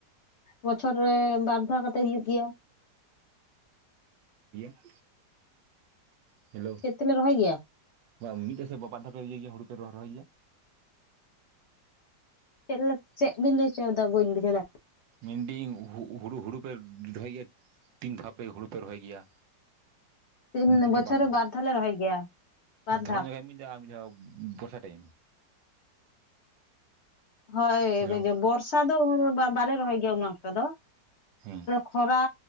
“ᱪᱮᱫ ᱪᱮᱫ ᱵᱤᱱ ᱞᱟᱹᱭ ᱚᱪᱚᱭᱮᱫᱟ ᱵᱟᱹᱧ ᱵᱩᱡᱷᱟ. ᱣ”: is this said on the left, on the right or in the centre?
Left